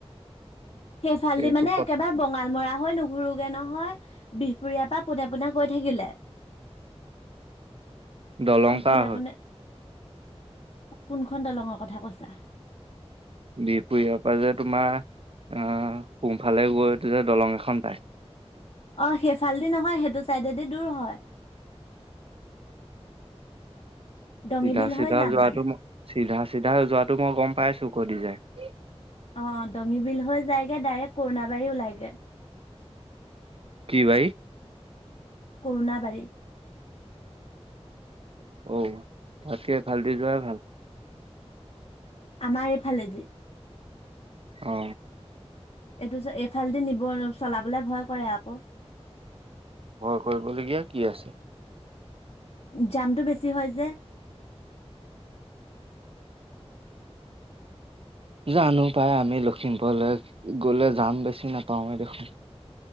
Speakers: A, on the left (about 55°); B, on the right (about 60°).
A: সেইফালদি
B: এইটো
A: মানে
B: কথা
A: একেবাৰে বঙালমৰা হৈ নু ঘুুৰোগে নহয় বিহপুৰীয়াৰ পৰা পোনে পোনে গৈ থাকিলে
B: দলং পাৰ
A: পোনে
B: হয়।
A: পোনে কোনখন দলঙৰ কথা কৈছা?
B: বিহপুৰিয়াৰ পৰা যে তোমাৰ আ, সোফালে গৈটো যে দলং এখন পায়।
A: অ, সেইফালেদি নহয়, সেইটো চাইডেদি দূৰ হয়। দঙি
B: চিধা
A: বিল
B: চিধা
A: হৈ যাম
B: যোৱাটো
A: মানে
B: ম চিধা চিধা যোৱাটো মই গম পাইছো কৰ দি যাই।
A: অ, দঙী বিল হৈ যায়গৈ, ডাইৰেক্ট কৰুণাবাৰী ওলাইগৈ।
B: কি বাৰী?
A: কৰুণাবাৰী।
B: অ', তাতকে এই ফাল দি যোৱাই ভাল।
A: আমাৰ এই ফালেদি?
B: অ,
A: এইটো যে এইফালেদি নিব, চলাবলে ভয় কৰে আকৌ।
B: ভয় কৰিবলগীয়া কি আছে?
A: জামটো বেছি হয় যে।
B: জানো পাই, আমি লক্ষীমপুৰলৈ গলে যাম বেছি নাপাওঁৱে দেখোন।